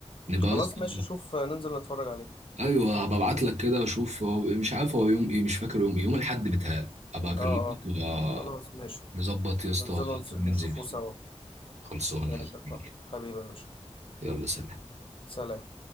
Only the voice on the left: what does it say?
خلاص
ماشي شوف آه، ننزل نتفرج عليه
اه اه
خلاص ماشي
ننزل
نشوفه
سوا
ماشي
يا طه. حبيبي يا باشا
سلام